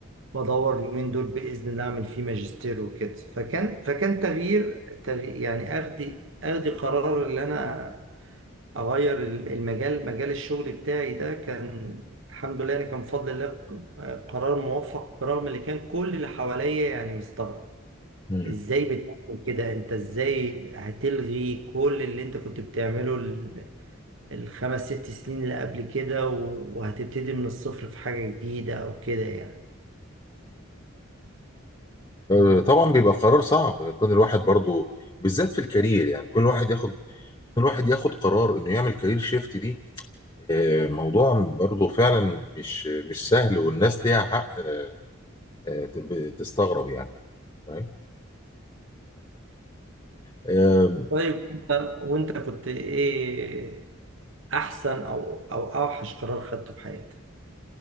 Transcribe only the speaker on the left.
مم.
مم. طبعا بيبقى قرار صعب كون الواحد برضو بالذات في الكارير يعني كل واحد ياخد الواحد ياخد قرار انه يعمل كارير شيفت دي آه، موضوع برضه فعلا مش مش سهل والناس ليها حق آه، آه، تب- تستغرب يعني فاهم؟ آه،